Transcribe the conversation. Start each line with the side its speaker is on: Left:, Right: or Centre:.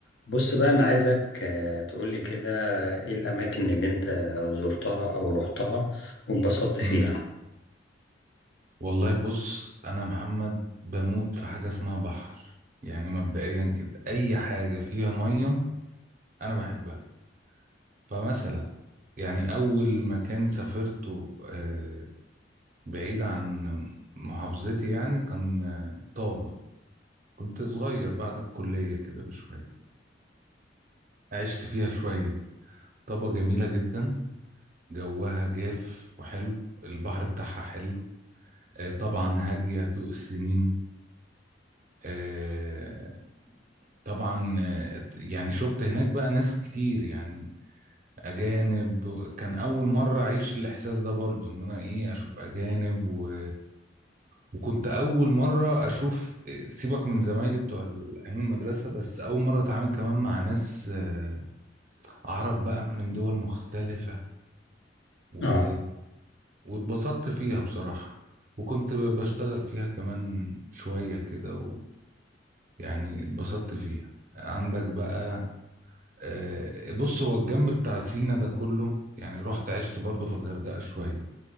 Left: بص بقى أنا عايزك آه، تقولي كده إيه الأماكن اللي أنت زرتها أو رحتها واتبسطت فيها
Right: امم والله بص انا محمد بموت في حاجه اسمها بحر يعني مبدئيا كده اي حاجه فيها ميه انا بحبها فمثلا يعني اول مكان سافرته آه، بعيد عن محافظتي يعني كان آه، طابه كنت صغير بعد الكليه كده بشويه عشت فيها شويه طابه جميله جدا جوها جاف وحلو البحر بتاعها حلو آه، طبعا هاديه هدوء السنين آه، طبعا آه، يعني شفت هناك بقى ناس كتير يعني اجانب كان اول مره اعيش الاحساس ده برضو ان انا ايه اشوف اجانب و... وكنت اول مره اشوف آه، سيبك من زمايلي بتوع ال- ايام المدرسه بس اول مره اتعامل كمان مع ناس آه، عرب بقى من دول مختلفه و...
Left: آه
Right: واتبسطت فيها بصراحه وكنت ب- بشتغل فيها كمان شويه كده ويعني اتبسطت فيها عندك بقى آه، بص هو الجنب بتاع سينا ده كله يعني رحت عشت برضه في الغردقة شوية